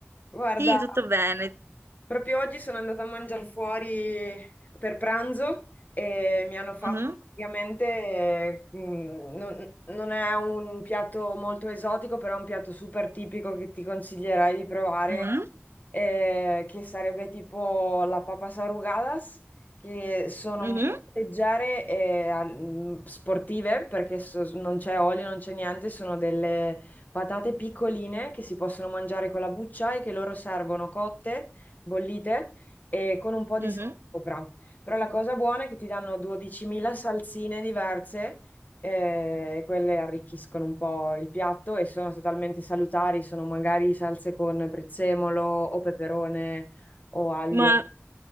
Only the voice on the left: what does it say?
Guarda,
Proprio oggi sono andata a mangiare fuori per pranzo e mi hanno fatto
praticamente, mm, non, non è un piatto molto esotico, però è un piatto super tipico che ti consiglierei di provare,
eh, che sarebbe tipo la papas arrugadas, che sono
molto leggere e al- mm, sportive perché so- non c'è olio, non c'è niente, sono delle patate piccoline che si possono mangiare con la buccia e che loro servono cotte bollite e con un po' di
sale sopra. Però la cosa buona è che ti danno 12.000 salsine diverse eh, e quelle arricchiscono un po' il piatto e sono totalmente salutari, sono magari salse con prezzemolo o peperone o aglio.